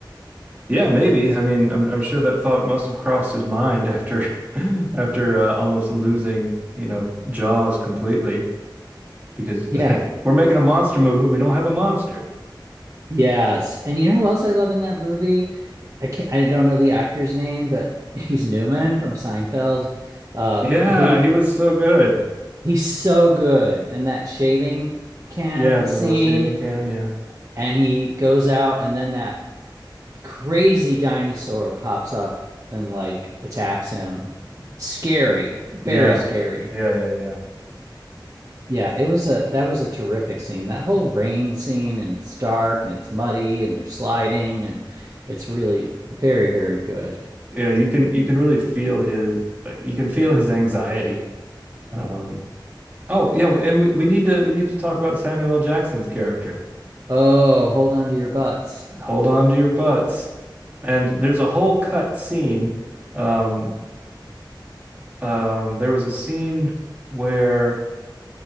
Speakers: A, on the right (about 20°); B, on the right (about 40°).
A: Yeah, maybe. I mean, I'm I'm sure that thought must have crossed his mind after <laughs> after uh, almost losing, you know, Jaws completely because
B: Yeah.
A: <laughs> like we're making a monster movie, we don't have a monster.
B: Yes. And you know who else I love in that movie? I can't, I don't know the actor's name, but <laughs> he's Newman from Seinfeld, uh,
A: Yeah,
B: who
A: he was so good.
B: He's so good. And that shaving can
A: Yeah, the
B: scene,
A: little shaving can, yeah.
B: and he goes out, and then that crazy dinosaur pops up and like attacks him. Scary, very
A: Yeah.
B: scary.
A: Yeah, yeah, yeah.
B: Yeah, it was a that was a terrific scene. That whole rain scene, and it's dark and it's muddy and they're sliding, and it's really very, very good.
A: Yeah, you can you can really feel his like you can feel his anxiety um Oh, yeah, and we, we need to we need to talk about Samuel L. Jackson's character.
B: Oh, hold on to your butts.
A: Hold on to your butts. And there's a whole cut scene. Um, um, there was a scene where